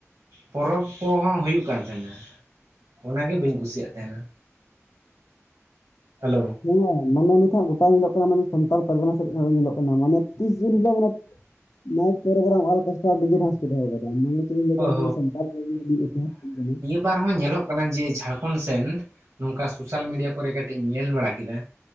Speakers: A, on the right; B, on the left.
A: ᱯᱚᱨᱚᱵᱽ ᱠᱚᱦᱚᱸ ᱦᱩᱭᱩᱜ ᱠᱟᱱ ᱛᱟᱦᱮᱸᱱᱟ, ᱚᱱᱟ ᱜᱮ ᱵᱟᱹᱧ ᱠᱩᱥᱤᱭᱟᱜ ᱛᱟᱦᱮᱸᱱᱟ, ᱦᱮᱞᱳ?
B: ᱦᱮᱸ ᱢᱟᱱᱮ ᱱᱤᱛᱦᱟᱸᱜ ᱜᱚᱴᱟ ᱧᱮᱞᱚᱜ ᱠᱟᱱᱟ ᱢᱟᱱᱮ ᱥᱟᱸᱛᱟᱨ ᱯᱟᱨᱜᱟᱱᱟ ᱥᱮᱫ ᱱᱚᱣᱟ ᱫᱚ ᱧᱮᱞᱚᱜ ᱠᱟᱱᱟ, ᱢᱟᱱᱮ ᱛᱤᱥ ᱡᱩᱱ ᱦᱤᱞᱚᱜ ᱢᱟᱱᱮ ᱱᱟᱭᱤᱴ ᱯᱨᱳᱜᱨᱟᱢ ᱟᱞᱮ ᱯᱟᱥᱴᱟ ᱰᱤᱡᱮ ᱰᱟᱱᱥ ᱠᱚ ᱫᱚᱦᱚ ᱟᱠᱟᱫᱟ ᱢᱟᱱᱮᱼᱼ ᱡ
A: ᱦᱳᱭ
B: ᱵ ᱥᱟᱱᱛᱟᱞ ᱦᱟᱥ <unintelligible>
A: ᱢᱤᱫ ᱵᱟᱨ ᱦᱚᱸ ᱧᱮᱞᱚᱜ ᱠᱟᱱᱟ ᱡᱮ ᱡᱷᱟᱲᱠᱷᱚᱸᱰ ᱥᱮᱱᱫᱷ ᱱᱚᱝᱠᱟ ᱥᱳᱥᱟᱞ ᱢᱤᱰᱤᱭᱟ ᱠᱚᱨᱮ ᱠᱟᱹᱴᱤᱡᱤᱧ ᱧᱮᱞ ᱵᱟᱲᱟ ᱠᱮᱫᱟᱼᱼ